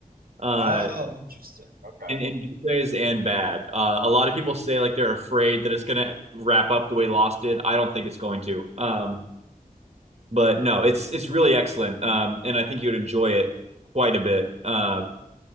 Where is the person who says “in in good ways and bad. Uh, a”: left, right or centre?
Right